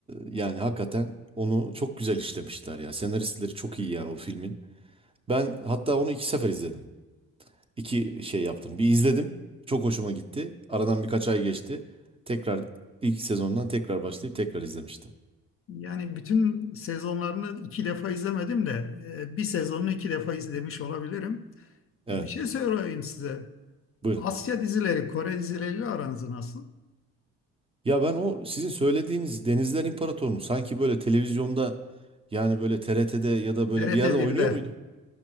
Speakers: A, on the right; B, on the left.
A: e, yani hakikaten onu çok güzel işlemişler ya. Senaristleri çok iyi yani o filmin. Ben hatta onu iki sefer izledim. İki şey yaptım. Bir izledim. Çok hoşuma gitti. Aradan birkaç ay geçti. Tekrar ilk sezondan tekrar başlayıp tekrar izlemiştim.
B: Yani bütün sezonlarını iki defa izlemedim de e, bir sezonunu iki defa izlemiş olabilirim.
A: Evet,
B: E, Bir şey söyleyeyim size.
A: buyurun.
B: Asya dizileri, Kore dizileriyle aranız nasıl?
A: Ya ben o sizin söylediğiniz Denizler İmparatorunu sanki böyle televizyonda yani böyle TRT'de ya da böyle
B: TRT
A: bir yerde oynuyor
B: 1'de.
A: muydu?